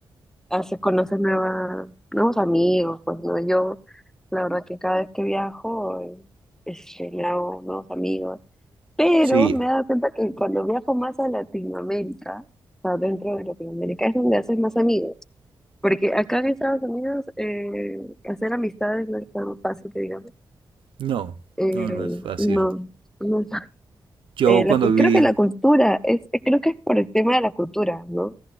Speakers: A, in the centre; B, on the right.
A: haces, conoces nueva- nuevos amigos, pues no, yo la verdad que cada vez que viajo, eh, este, me hago nuevos amigos, pero
B: Sí,
A: me he dado cuenta que cuando viajo más a Latinoamérica, o sea, dentro de Latinoamérica es donde haces más amigos, porque acá en Estados Unidos eh, hacer amistades no es tan fácil que digamos,
B: no,
A: Eh,
B: no, no es fácil.
A: no, no es-
B: Yo
A: eh,
B: cuando
A: la, cu-
B: viví,
A: creo que la cultura, es, creo que es por el tema de la cultura, ¿no?